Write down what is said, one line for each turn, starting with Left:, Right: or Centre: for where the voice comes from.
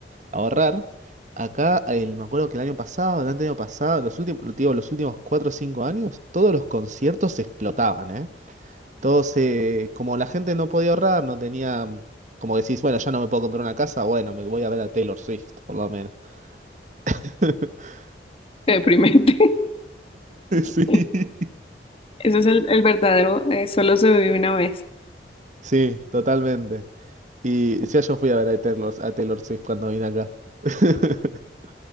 Right: ahorrar. Acá, el, me acuerdo que el año pasado, el año pasado, los últimos, digo, los últimos 4 o 5 años, todos los conciertos se explotaban, ¿eh? Todos, eh, como la gente no podía ahorrar, no tenía, mm, como que decís, bueno, ya no me puedo comprar una casa, bueno, me voy a ver a Taylor Swift, por lo menos. <laughs>
Left: Qué deprimente.
Right: Sí,
Left: <laughs> Eso es el, el verdadero, eh, solo se vive una vez.
Right: sí, totalmente. Y ya yo fui a ver a Taylor, a Taylor Swift cuando vine acá. <laughs>